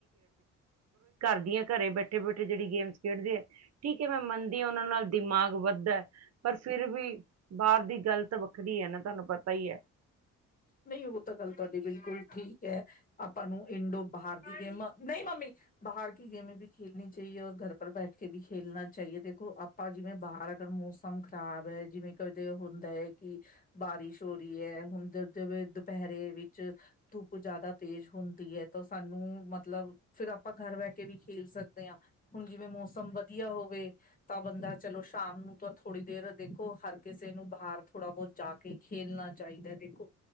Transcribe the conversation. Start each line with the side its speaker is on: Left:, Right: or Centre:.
Right: ਦੀਆਂ ਘਰੇ ਬੈਠੇ ਬੈਠੇ ਜਿਹੜੀ ਗੇਮ ਖੇਡਦੇ ਆ ਠੀਕ ਹ ਮੈਂ ਮੰਨਦੀ ਉਹਨਾਂ ਨਾਲ ਦਿਮਾਗ ਵੱਧਦਾ ਪਰ ਫਿਰ ਵੀ ਬਾਹਰ ਦੀ ਗੱਲ ਤਾਂ ਵੱਖਰੀ ਹੈ ਨਾ ਤੁਹਾਨੂੰ ਪਤਾ ਹੀ
Left: ਨਹੀਂ ਉਹ ਤਾਂ ਗੱਲ ਤੁਹਾਡੀ ਬਿਲਕੁਲ ਠੀਕ ਹ ਆਪਾਂ ਨੂੰ ਇੰਡੋ ਬਹਾਰ ਦੀ ਗੇਮ ਨਹੀਂ ਬਾਹਰ ਕੀ ਗੇਮ ਵੀ ਖੇਲਨੀ ਚਾਹੀਏ ਘਰ ਪਰ ਬੈਠ ਕੇ ਵੀ ਖੇਲਣਾ ਚਾਹੀਏ ਦੇਖੋ ਆਪਾਂ ਜਿਵੇਂ ਬਾਹਰ ਮੌਸਮ ਖਰਾਬ ਹੈ ਜਿਵੇਂ ਕਦੇ ਹੁੰਦਾ ਕਿ ਬਾਰਿਸ਼ ਹੋ ਰਹੀ ਹੈ ਹੁਣ ਜਿਵੇਂ ਦੁਪਹਿਰੇ ਵਿੱਚ ਧੁੱਪ ਜਿਆਦਾ ਤੇਜ਼ ਹੁੰਦੀ ਹੈ ਤਾਂ ਸਾਨੂੰ ਮਤਲਬ ਆਪਾਂ ਘਰ ਬਹਿ ਕੇ ਵੀ ਖੇਲ ਸਕਦੇ ਆਂ ਹੁਣ ਜਿਵੇਂ ਮੌਸਮ ਵਧੀਆ ਹੋਵੇ ਤਾਂ ਬੰਦਾ ਚਲੋ ਸ਼ਾਮ ਨੂੰ ਥੋੜੀ ਦੇਰ ਦੇਖੋ ਹਰ ਕਿਸੇ ਨੂੰ ਬਹਾਰ ਥੋੜਾ ਪਹੁੰਚਾ ਕੇ ਖੇਲਣਾ ਚਾਹੀਦਾ ਦੇਖੋ